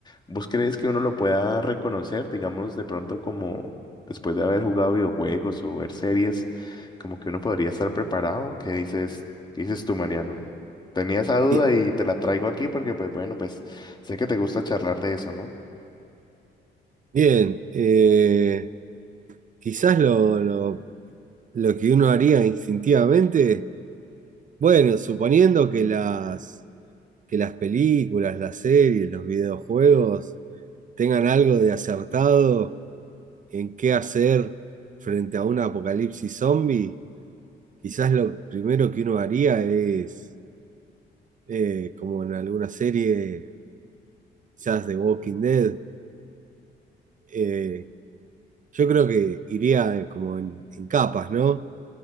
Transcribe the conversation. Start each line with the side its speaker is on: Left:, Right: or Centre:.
Left: vos crees que uno lo pueda reconocer, digamos, de pronto como después de haber jugado videojuegos o ver series, como que uno podría estar preparado? ¿Qué dices? ¿Qué dices tú, Mariano? Tenía esa duda
Right: Qui-
Left: y te la traigo aquí porque, pues bueno, pues sé que te gusta charlar de eso, ¿no?
Right: Bien, eh, quizás lo, lo- lo que uno haría instintivamente, bueno, suponiendo que las, que las películas, las series, los videojuegos tengan algo de acertado en qué hacer frente a un apocalipsis zombie, quizás lo primero que uno haría es, eh, como en alguna serie, quizás de Walking Dead, eh, Yo creo que iría eh, como en, en capas, ¿no?